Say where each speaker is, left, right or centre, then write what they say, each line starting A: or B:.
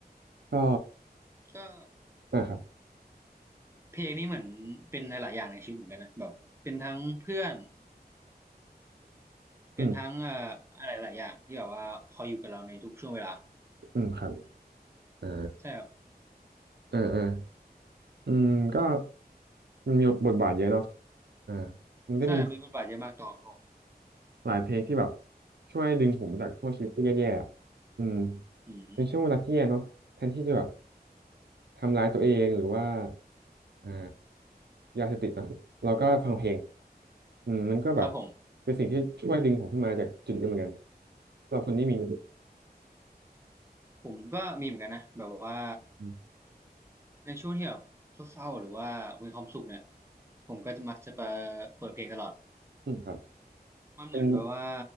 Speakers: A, on the right; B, on the right.
A: ก็
B: ก็
A: นะครับ
B: เพลงนี่เหมือนเป็นหลายๆอย่างในชีวิตเหมือนกันนะแบบเป็นทั้งเพื่อนเป็นทั้งเอ่ออะไรหลายอย่างที่แบบว่าคอยอยู่กับเราในทุกช่วงเวลา
A: อืมอืมครับอ่า
B: ใช่ครับ
A: เออเอออืมก็ มันมีบทบาทเยอะเนาะอ่ามันก็มี
B: ใช่มีบทบาทเยอะมากต่อโลก
A: หลายเพลงที่แบบช่วยดึงผมจากช่วงชีวิตที่แย่ๆอะอืม
B: อืม
A: เป็นช่วงเวลาที่แย่เนาะแทนที่จะแบบทำร้ายตัวเองหรือว่าอ่ายาเสพติดเนอะเราก็ฟังเพลงอืมมันก็แบบ
B: ครับผม
A: เป็นสิ่งที่ช่วยดึงผมขึ้นมาจากจุดนี้เหมือนกันสำหรับคนที่มี
B: ผมก็มีเหมือนกันนะแบบว่า
A: อ
B: ในช่วงที่แบบเศร้าๆหรือว่ามีความสุขเนี่ยผมก็จะมักจะไปเปิดเพลงตลอด
A: ืมครับ
B: มันเหมือนแบบว่า
A: เป็น